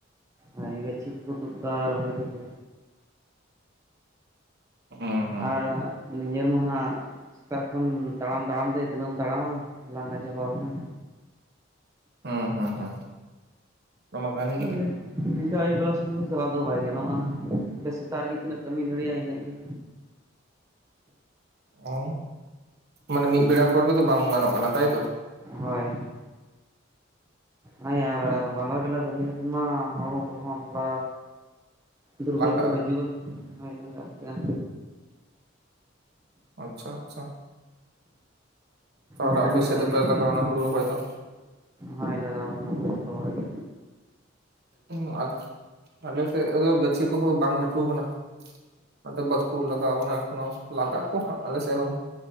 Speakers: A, on the right (about 15°); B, on the right (about 55°).
A: ᱦᱳᱭ ᱜᱟᱪᱷᱤ ᱠᱚᱠᱚ ᱛᱩᱫ ᱫᱟ ᱨᱚᱦᱚᱭ ᱫᱚᱠᱚ᱾
B: ᱚᱸ
A: ᱟᱨ ᱱᱤᱡᱮᱨ ᱢᱟ ᱦᱟᱸᱜ ᱥᱮᱛᱟᱜ ᱠᱷᱚᱱ ᱛᱟᱲᱟᱢ ᱛᱟᱲᱟᱢ ᱛᱮ ᱛᱤᱱᱟᱹᱜ ᱮᱢ ᱛᱟᱲᱟᱢᱟ ᱞᱟᱸᱜᱟ ᱪᱟᱵᱟᱣ ᱠᱟᱱᱟ᱾
B: ᱦᱩᱸ ᱦᱩᱸ ᱦᱩᱸ ᱚᱱᱟ ᱢᱟ ᱠᱟᱱ
A: <unintelligible>
B: ᱜᱮ
A: ᱤᱱᱠᱟᱹ ᱟᱹᱭᱩᱵ ᱵᱮᱞᱟ ᱥᱮᱱ ᱫᱚ ᱪᱟᱞᱟᱜ ᱫᱚ ᱵᱟᱭ ᱜᱟᱱᱚᱜᱼᱟ, ᱤᱱᱠᱟ ᱥᱮᱛᱟᱜ ᱨᱮᱜᱮ ᱛᱤᱱᱟᱹᱜ ᱠᱟᱹᱢᱤ ᱫᱟᱲᱮᱭᱟᱜᱼᱟ ᱤᱱᱟᱹᱜ ᱜᱮ᱾
B: ᱚ ᱢᱟᱱᱮ ᱢᱤᱜ ᱵᱮᱲᱟ ᱯᱚᱨ ᱫᱚᱛᱚ ᱵᱟᱝ ᱜᱟᱱᱚᱜ ᱠᱟᱱᱟ ᱛᱟᱭᱛᱚ?
A: ᱦᱳᱭ ᱦᱟᱸᱭᱟᱨ ᱵᱟᱱᱟᱨ ᱵᱮᱞᱟ ᱠᱟᱹᱢᱤ ‌ᱞᱮᱠᱷᱟᱱ ᱢᱟ‌ ᱦᱚᱲᱢᱚᱵᱠᱚᱨᱮ ᱦᱚᱸ ᱛᱷᱚᱲᱟ ᱫᱩᱨᱵᱚᱞ
B: ᱞᱟᱸᱜᱟᱜᱼᱟ
A: ᱠᱚ ᱦᱤᱡᱩᱜᱼᱟ ᱦᱚᱭ ᱦᱚᱸ ᱞᱟᱹᱠᱛᱤᱜᱼᱟ᱾
B: ᱟᱪᱪᱷᱟ ᱟᱪᱪᱷᱟ <unintelligible>
A: ᱫᱤᱱᱟᱹᱢ
B: ᱟᱯᱮ
A: ᱜᱮ
B: ᱥᱮᱫ
A: ᱠᱟᱹᱢᱤ
B: ᱫᱚᱯᱮ
A: ᱦᱩᱭᱩᱜᱼᱟ
B: ᱞᱟᱜᱟᱣᱱᱟ ᱦᱩᱲᱩ ᱨᱚᱦᱚᱭ ᱫᱚ?
A: ᱦᱳᱭ ᱞᱟᱜᱟᱣ ᱠᱟᱱᱟ ᱡᱚᱛᱚ ᱦᱚᱲᱜᱮ᱾
B: ᱤᱝ ᱦᱚᱸ ᱟᱞ ᱟᱞᱮ ᱥᱮᱫ ᱨᱮᱫᱚ ᱜᱟᱹᱪᱷᱤ ᱠᱚᱦᱚᱸ ᱵᱟᱝ ᱞᱟᱹᱴᱩᱣ ᱠᱟᱱᱟ᱾ ᱟᱫᱚ ᱵᱟᱹᱠᱩ ᱞᱟᱜᱟᱣ ᱠᱟᱱᱟ ᱮᱠᱷᱚᱱᱚ ᱞᱟᱜᱟᱜ ᱠᱚ ᱦᱟᱸᱜ ᱟᱞᱮᱥᱮᱜ ᱦᱚᱸ᱾